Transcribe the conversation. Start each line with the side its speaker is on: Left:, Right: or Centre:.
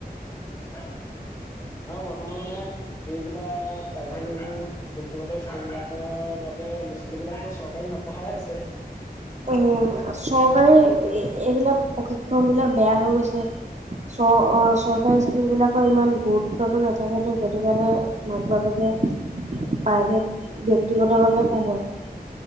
Left: <unintelligible> অ বৰ্তমান মানে এইবিলাক প্ৰাইভেত যোনবোৰ ব্যক্তিগত স্কুলবিলাকৰ বা বে ল'ৰা - ছোৱালী বিলাকতো চৰকাৰীত নপঢ়াই হৈছে।
Right: উম চৰকাৰী এইবিলাক প্ৰশিক্ষণ বিলাক বেয়া হৈ গৈছে। চ অ চৰকাৰী স্কুল বিলাক কৰ ইমান গুৰুত্বটো নাথাকেটো সেইটো কাৰণে মাক বাপেকে প্ৰাইভেট ব্যক্তিগতভাৱে পঢ়োৱাই।